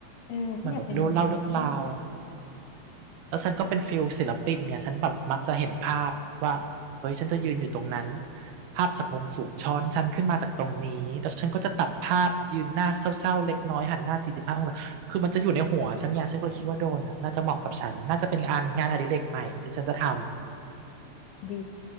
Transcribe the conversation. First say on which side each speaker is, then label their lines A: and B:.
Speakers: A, on the left (about 75°); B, on the right (about 80°).
A: เออฉันอยากเป็นมุมมุกบ้าง
B: เหมันแบบเล่าเรื่องราว แล้วฉันก็เป็นฟิลศิลปินไงฉันแบบมักจะเห็นภาพว่าเฮ้ยฉันจะยืนอยู่ตรงนั้นภาพจากมุมสูงช้อนฉันขึ้นมาจากตรงนี้แล้วฉันก็จะตัดภาพยืนหน้าเศร้าๆเล็กน้อยหันหน้าสี่สิบห้าองศาคือมันจะอยู่ในหัวฉันไงฉันก็เลยคิดว่าโดนอ่ะน่าจะเหมาะกับฉันน่าจะเป็นงานงานอดิเรกใหม่ที่ฉันจะทำ
A: ดี